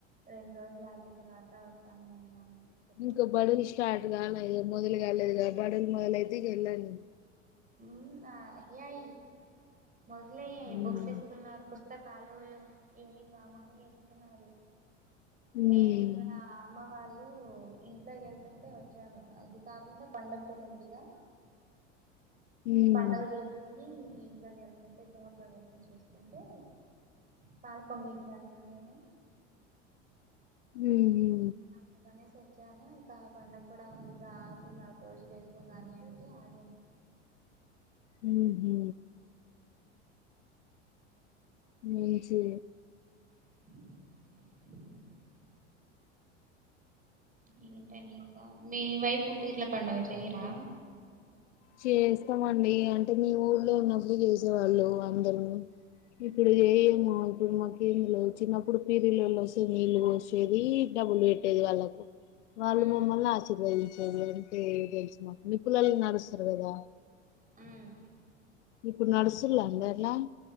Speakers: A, on the right; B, on the left.
A: రెండు రోజులు ఆగిన తర్వాత వస్తాం లేమ్మా అని చెప్పాను
B: ఇంకా బడులు స్టార్ట్ కావలె ఇగ మొదలు కాలేదు బడులు మొదలయితే ఇగ వెళ్ళాలి
A: మ్మ్ అయ్యాయి మొదలయ్యాయి
B: హ్మ్
A: బుక్స్ ఇస్తున్నారు పుస్ పుస్తకాలు యూ యూనిఫార్మ్ అన్నీ ఇస్తున్నారు
B: హ్మ్
A: నేను ఇక్కడ అమ్మ వాళ్ళు ఇంట్లోకి ఎళ్తుంటే వచ్చాను అది కాకుండా పండగ కూడ ఉందిగా
B: <inaudible> హ్మ్
A: పండుగ చూస్ కొని ఇంట్లోకి ఏళ్తుంటే గృహ ప్రవేశం చేస్తుంటే పాల్ పొంగించాల్ గా నేను
B: మ్మ్ హు
A: అందుకనేసి వచ్చాను ఇక పండగ కూడా ఉందిగా ఆగు నాలుగు రోజులు వెళ్దువు గానీ అంటే ఆగాను
B: మ్మ్ హు మంచిది
A: <inaudible> ఇంకేంటండి ఇంకా మీ వైపు పీర్ల పండగ చేయరా
B: చేస్తామండి అంటే మీ ఊళ్లో ఉన్నప్పుడు చేసేవాళ్ళు అందరూ ఇప్పుడు చేయమంటున్నారు <unintelligible> చిన్నప్పుడు పేర్లొల్లు వస్తే నీళ్లు పోసేది డబ్బులు పెట్టేది వాళ్ళకు వాళ్ళు
A: ఉమ్
B: మమ్మల్ని ఆశీర్వదించేది అంటే తెలుసు మాకు నిప్పులల్లో నడుస్తారు కదా
A: ఉమ్
B: ఇప్పుడు నడుస్తున్ల అందర్ల